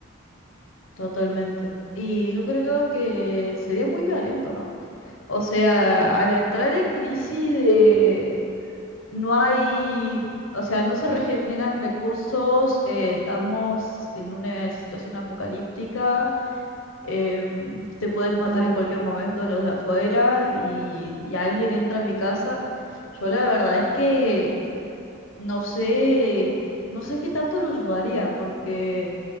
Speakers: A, on the left; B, in the centre.
A: Totalmente. Y yo creo que sería muy violento, ¿no? O sea,
B: Sí,
A: al entrar en crisis de no hay, o sea, no se regeneran recursos, eh, estamos en una situación apocalíptica, em, te pueden matar
B: no hay.
A: en cualquier momento los de afuera
B: eh,
A: y, y alguien entra a mi casa. Yo la verdad es que no sé, no sé qué tanto lo ayudaría porque...